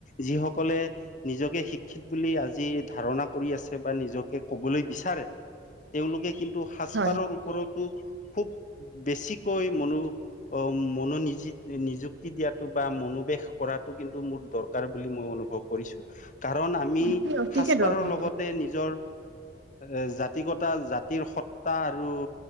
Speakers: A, on the left; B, on the right.
A: যিসকলে নিজকে শিক্ষিত বুলি আজি ধাৰণা কৰি আছে বা নিজকে কবলৈ বিচাৰে তেওঁলোকে কিন্তু সাজ
B: হয়
A: পাৰৰ ওপৰত টো খুব বেছিকৈ মনো অহ মনো নিযিত কি দিয়াটো বা মনোবেশ কৰাটো কিন্তু মোৰ দৰকাৰ বুলি মই অনুভৱ কৰিছো। কাৰণ আমি
B: অতি অতিকে
A: সাজপাৰৰ
B: দৰকাৰ
A: লগতে নিজৰ এ জাতিগতা জাতিৰ সত্তা আৰু